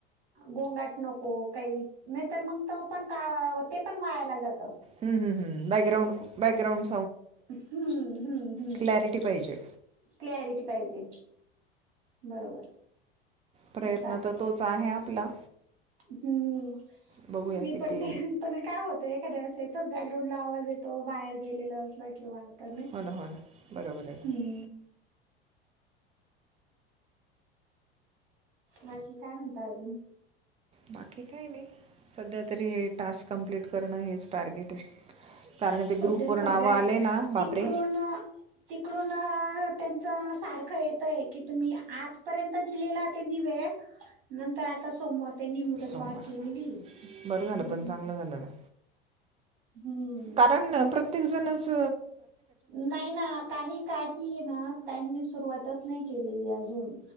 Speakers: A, on the right; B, on the right.
A: गोंगाट नको काही नाहीतर मग त पण का ते पण वायाला जात
B: हम् हम् हम बॅकग्राउंड बॅकग्राउंड
A: हम्म हम्म हम्म
B: क्लॅरिटी पाहिजे.
A: क्लरिटी पाहिजे बरोबर
B: प्रयत्न
A: असं आहे
B: तर तोच आहे आपला
A: हम्म
B: बघूया
A: मी
B: किती
A: पण ते पण काय होतो एखाद्यास येतोच बॅकग्राउंड ला ज येतो बाहेर गेलेला असल किंवा तर नाही
B: हो
A: का,
B: ना, हो ना. बरोबर आहे. ना.
A: हम्म. बाकी काय म्हणता अजून?
B: बाकी काय नाही. सध्या तरी हे टास्क कंप्लीट करणं हेच टार्गेट आहे. कारण
A: सध्या
B: ते ग्रुप व
A: सगळ्यात
B: नाव आले ना, बापरे!
A: तिकडून तिकडून त्यां सारख येतय की तुम्ही आजपर्यंत दिलेला त्यांनी वेळ, नं आता सोमवार. त्यांनी मुदतवाढ
B: सोमवार.
A: केलेलीय,
B: बरं झालं
A: हम्म.
B: पण चांगलं झालं ना.
A: हम्म
B: कारण प्रत्येक जणच
A: नाही ना काही काही ना काहीनि सुरुवातच नाही केलेली अजून.